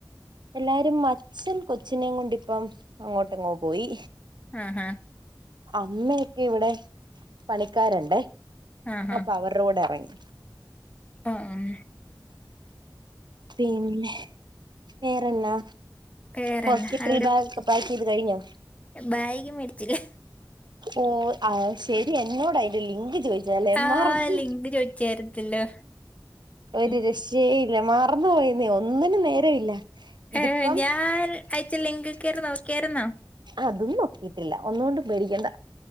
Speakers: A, on the right (about 70°); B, on the left (about 15°).
A: എല്ലാരും അച്ഛൻ കൊച്ചിനെയും കൊണ്ട് ഇപ്പം അങ്ങോട്ടങ്ങങ് പോയി
B: ആ ഹ
A: അമ്മയൊക്കെ ഇവിടെ പണിക്കാരിണ്ടേ
B: ആഹാ
A: അപ്പൊ അവരുടെ കൂടെ ഇറങ്ങി
B: ഉം
A: പിന്നെ വേറെന്നാ
B: വേറെന്നാ
A: ഹോസ്പിറ്റൽ
B: അവിടെ
A: ബാഗ് ഒക്കെ പാക്ക് ചെയ്ത് കഴിഞ്ഞോ
B: ബാഗ് മേടിച്ചില്ലേ
A: ഓ ആ ശരി എന്നോട് അതിൻ്റെ ലിങ്ക് ചോദിച്ചേർന്നുലേ
B: ആ
A: മറന്നു
B: ലിങ്ക് ചോദിച്ചായിരുന്നല്ലോ
A: ഒരു
B: ഉം.
A: രക്ഷയില്ല മറന്നു പോയി ഒന്നിനും നേരം ഇല്ല ഇതിപ്പം
B: ഏ, ഞാൻ അയച്ച ലിങ്ക് കയറി നോക്കിയായിരുന്നോ
A: അതും നോക്കിട്ടില്ല ഒന്നുകൊണ്ടും പേടിക്കണ്ട